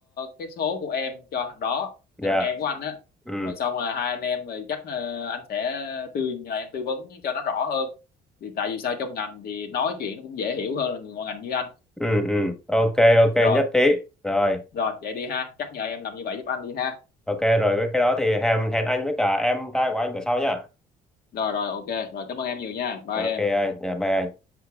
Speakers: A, on the left (about 65°); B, in the centre.
A: cái số của em cho thằng đó,
B: dạ
A: cho thằng em của anh á.
B: ừ
A: Rồi xong là hai anh em rồi chắc ờ, anh sẽ tư nhờ em tư vấn cho nó rõ hơn. Thì tại vì sao trong ngành thì nói chuyện nó cũng dễ hiểu hơn là người ngoài ngành như anh.
B: ừ ừ ok ok
A: Rồi.
B: nhất trí rồi
A: rồi vậy đi ha chắc nhờ em làm như vậy giúp anh đi ha
B: ok rồi với cái đó thì hẹn hẹn anh với cả em trai của anh bữa sau nha
A: rồi rồi ok rồi cảm ơn em nhiều nha bye
B: ok
A: em
B: anh dạ bye anh